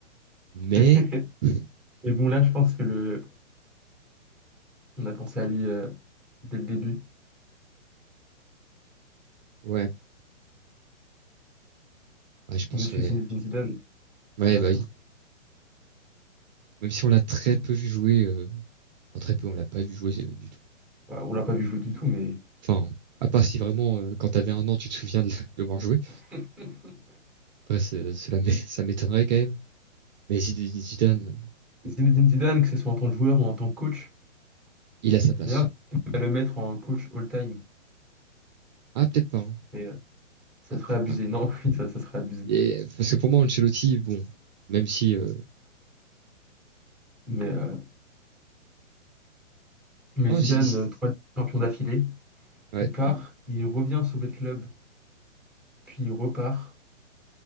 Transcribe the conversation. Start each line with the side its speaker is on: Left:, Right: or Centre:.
Right: Mais
Centre: <laughs>
Right: <clears throat>
Centre: Mais bon, là, je pense que le... on a pensé à lui euh, dès le début.
Right: ouais, ouais, je pense
Centre: Monsieur
Right: que ouais,
Centre: Zinedine Zidane,
Right: ouais,
Centre: bien
Right: bah
Centre: sûr.
Right: oui. Même si on l'a très peu vu jouer, euh, enfin, très peu, on l'a pas vu jouer euh, du tout.
Centre: Voilà, on l'a pas vu jouer du tout, mais
Right: Enfin, à part si vraiment euh, quand t'avais un an, tu te souviens de le voir jouer.
Centre: <laughs>
Right: Après, c'est- cela m'é- ça m'étonnerait quand même. Mais Zid- Zidane, euh,
Centre: Zinedine Zidane, que ce soit en tant que joueur ou en tant que coach.
Right: il a sa place.
Centre: D'ailleurs, je vais le mettre en coach all-time,
Right: Ah peut-être pas. hein.
Centre: mais euh, ça
Right: Ah
Centre: serait
Right: peut-être
Centre: abusé.
Right: pas. hein.
Centre: Non, <laughs> oui, ça, ça serait abusé.
Right: Et parce que pour moi, Ancelotti, bon, même si euh...
Centre: Mais, euh, mais
Right: oh,
Centre: Zidane,
Right: Zi- Zi-
Centre: euh, trois champions d'affilée,
Right: ouais,
Centre: il Mm. part, il revient sauver le club, puis il repart.